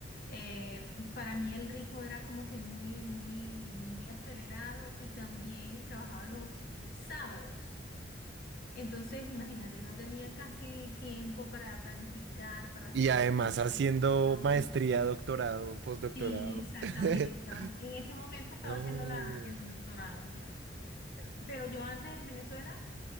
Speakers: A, on the left; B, on the right.
A: eh, para mí el ritmo era como que muy, muy, muy acelerado y también trabajaba los sábados. Entonces, imagínate, no tenía casi tiempo para planificar, para hacer
B: Y además
A: las cosas.
B: haciendo
A: Ah,
B: maestría, doctorado, postdoctorado.
A: Sí, exactamente.
B: <laughs>
A: Estaba, en ese momento estaba
B: No.
A: haciendo la, el doctorado ya. Pero, pero yo antes en Venezuela,